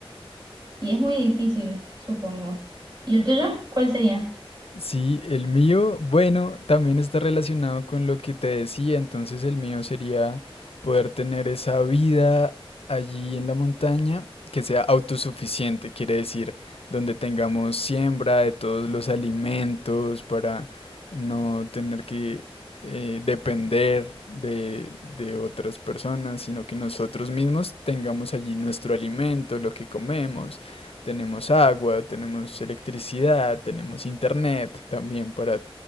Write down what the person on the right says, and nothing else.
Y es muy difícil, supongo. ¿Y el tuyo? ¿Cuál sería?